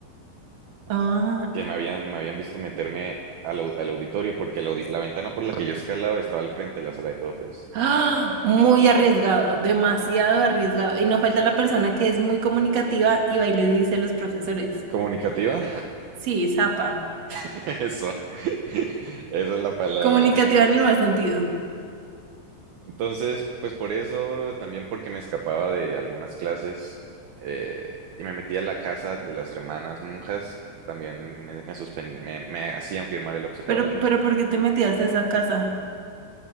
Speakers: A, on the right (about 40°); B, on the right (about 65°).
A: Ah,
B: que me habían, me habían visto meterme al, au- al auditorio porque la, audi- la ventana por la que yo escalaba estaba al frente de la sala de profes.
A: ¡Ah! muy arriesgado, demasiado arriesgado. Y no falta la persona que es muy comunicativa y va y le dice a los profesores.
B: ¿Comunicativa?
A: Sí, zapa.
B: <laughs> Eso. <laughs> Esa es la palabra.
A: Comunicativa en el mal sentido.
B: Entonces, pues por eso, también porque me escapaba de algunas clases eh, y me metía a la casa de las hermanas monjas, también me, me, suspen- me, me hacían firmar el observador
A: Pero, pero ¿por qué te metías a esa casa?